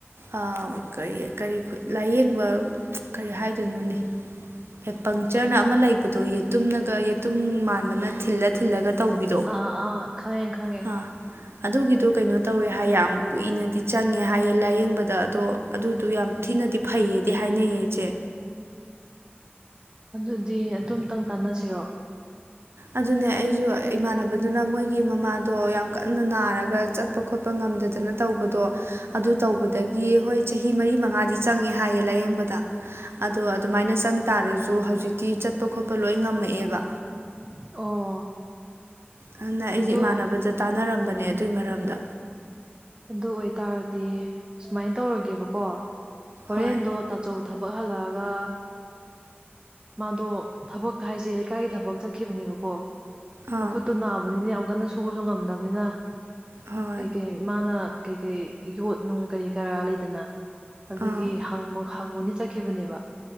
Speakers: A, on the right (about 75°); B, on the right (about 20°).
A: ꯑꯥ ꯀꯔꯤ ꯀꯔꯤ ꯈꯨꯠ ꯂꯥꯏꯌꯦꯡꯕ ꯀꯔꯤ ꯍꯥꯏꯗꯣꯏꯅꯣꯅꯦ ꯍꯦꯄꯪꯆꯔꯅ ꯑꯃ ꯂꯩꯕꯗꯣ ꯌꯦꯇꯨꯝꯅꯒ ꯌꯦꯇꯨꯝ ꯃꯥꯟꯕꯅ ꯊꯤꯜꯂ ꯊꯤꯜꯂꯒ ꯇꯧꯕꯤꯗꯣ
B: ꯑꯥ ꯑꯥ ꯈꯪꯉꯦ ꯈꯪꯉꯦ
A: ꯍꯥ ꯑꯗꯨꯒꯤꯗꯣ ꯀꯩꯅꯣ ꯇꯧꯋꯦ ꯍꯥꯏ ꯌꯥꯝ ꯀꯨꯏꯅꯗꯤ ꯆꯪꯉꯦ ꯍꯥꯏꯌꯦ ꯂꯥꯏꯌꯦꯡꯕꯗ ꯑꯗꯣ ꯑꯗꯨꯗꯨ ꯌꯥꯝ ꯊꯤꯅꯗꯤ ꯐꯩꯌꯦꯗꯤ ꯍꯥꯏꯅꯩꯌꯦ ꯏꯆꯦ
B: ꯑꯗꯨꯗꯤ ꯑꯗꯨꯝꯇꯪ ꯇꯥꯟꯅꯁꯤꯔꯣ
A: ꯑꯗꯨꯅꯦ ꯑꯩꯁꯨ ꯏꯃꯥꯟꯅꯕꯗꯨꯅ ꯃꯣꯏꯒꯤ ꯃꯃꯥꯗꯣ ꯌꯥꯝ ꯀꯟꯅ ꯅꯥꯔꯒ ꯆꯠꯄ ꯈꯣꯠꯄ ꯄꯥ ꯉꯝꯗꯗꯅ ꯇꯧꯕꯗꯣ ꯑꯗꯨ ꯇꯧꯕꯗꯒꯤ ꯍꯣꯏ ꯆꯍꯤ ꯃꯔꯤ ꯃꯉꯥꯗꯤ ꯆꯪꯉꯦ ꯍꯥꯏꯌꯦ ꯂꯥꯏꯌꯦꯡꯕꯗ꯫ ꯑꯗꯣ ꯑꯗꯨꯃꯥꯏꯅ ꯆꯪ ꯇꯥꯔꯁꯨ ꯍꯧꯖꯤꯛꯇꯤ ꯆꯠꯄ ꯈꯣꯠꯄ ꯂꯣꯏ ꯉꯝꯃꯛꯑꯦꯕ
B: ꯑꯣ
A: ꯑꯗꯨꯅ ꯑꯩꯖꯦ
B: ꯑꯗꯣ
A: ꯏꯃꯥꯟꯅꯕꯗ ꯇꯥꯟꯅꯔꯝꯕꯅꯦ ꯑꯗꯨꯏ ꯃꯔꯝꯗ꯫
B: ꯑꯗꯨ ꯑꯣꯏꯇꯥꯔꯗꯤ ꯁꯨꯃꯥꯏꯟ ꯇꯧꯔꯒꯦꯕꯀꯣ ꯍꯣꯔꯦꯟꯗꯣ
A: ꯍꯣꯏ
B: ꯇꯠ ꯆꯧ ꯊꯕꯛ ꯍꯜꯂꯛꯑꯒ ꯃꯥꯗꯣ ꯊꯕꯛ ꯍꯥꯏꯖꯦ ꯂꯩꯀꯥꯏꯒꯤ ꯊꯕꯛ ꯆꯠꯈꯤꯕꯅꯦꯕꯀꯣ꯫
A: ꯑꯥ
B: ꯃꯈꯨꯠꯇꯣ ꯅꯥꯕꯅꯤꯅ ꯌꯥꯝ ꯀꯟꯅ ꯁꯨꯕꯖꯨ ꯉꯝꯗꯕꯅꯤꯅ
A: ꯍꯣꯏ
B: ꯀꯩ ꯀꯩ꯫ ꯃꯥꯅ ꯀꯩ ꯀꯩ ꯌꯣꯠꯅꯨꯡ ꯀꯔꯤ ꯀꯔꯥ ꯂꯩꯗꯅ꯫ ꯑꯗꯨꯒꯤ
A: ꯑꯥ
B: ꯍꯪꯕ ꯍꯪꯉꯨꯅꯤ ꯆꯠꯈꯤꯕꯅꯦꯕ꯫